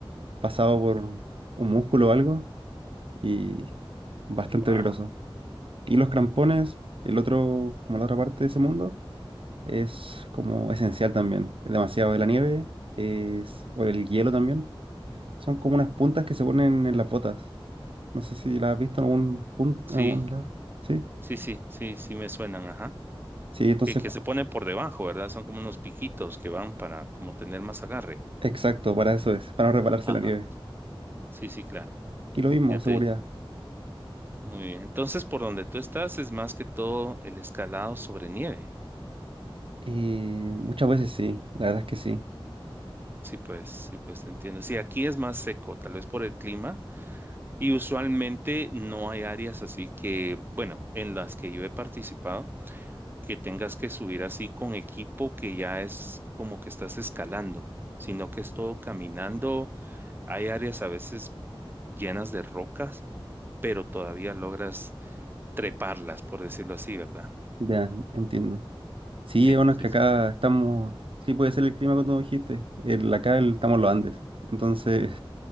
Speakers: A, on the right; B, on the right.
A: pasado por un músculo o algo y bastante
B: Wow.
A: peligroso. Y los crampones, el otro, como la otra parte de ese mundo, es como esencial también. Es demasiado de la nieve, es, o el hielo también. Son como unas puntas que se ponen en las botas. No sé si las has visto en algún punto,
B: Sí,
A: en algún lado. Sí.
B: sí, sí, sí, sí me suenan, ajá.
A: Sí, entonces,
B: Que, que
A: cu-
B: se ponen por debajo, ¿verdad? Son como unos piquitos que van para como tener más agarre.
A: exacto, para eso es, para no repararse
B: Ajá.
A: la nieve.
B: Sí, sí, claro.
A: Y lo mismo,
B: Ya
A: seguridad.
B: te. Muy bien. Entonces, por donde tú estás es más que todo el escalado sobre nieve.
A: Eh, muchas veces sí, la verdad es que sí.
B: Sí, pues, sí, pues te entiendo. Sí, aquí es más seco, tal vez por el clima Y usualmente no hay áreas así que, bueno, en las que yo he participado, que tengas que subir así con equipo que ya es como que estás escalando, sino que es todo caminando. Hay áreas a veces llenas de rocas, pero todavía logras treparlas, por decirlo así, ¿verdad?
A: Ya, entiendo. Sí,
B: Sí,
A: bueno,
B: sí,
A: es que
B: sí,
A: acá estamos. Sí, puede ser el clima que tú dijiste. El, acá el- estamos en los Andes. Entonces,